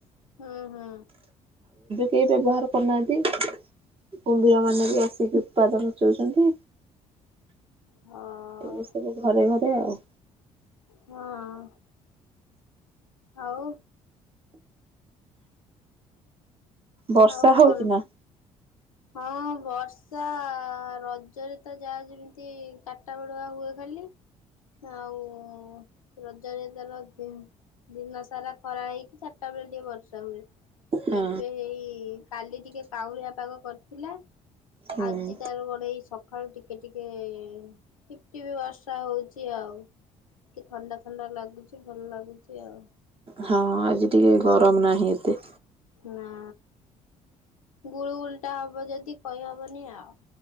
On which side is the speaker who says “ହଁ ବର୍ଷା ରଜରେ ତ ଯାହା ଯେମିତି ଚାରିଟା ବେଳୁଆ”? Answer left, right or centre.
Left